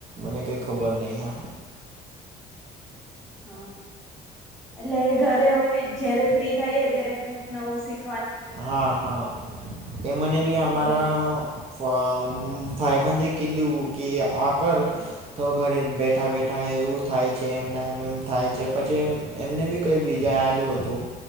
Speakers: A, on the right (about 35°); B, in the centre.
A: અને કો ખબર નહી હં.
B: હા, એટલે ઘરે હોય જયારે ફ્રી થઈ ત્યારે કઈક નવું શીખ
A: હા હા એ મને બી અમારા.
B: હમ
A: ભાઈબંધે કીધું કે આ કર તો ઘરે બેઠા બેઠા એવું થાય છે, એમ એમ થાય છે પછી એ એમને બી કઈ બીજા આલ્યું હતું.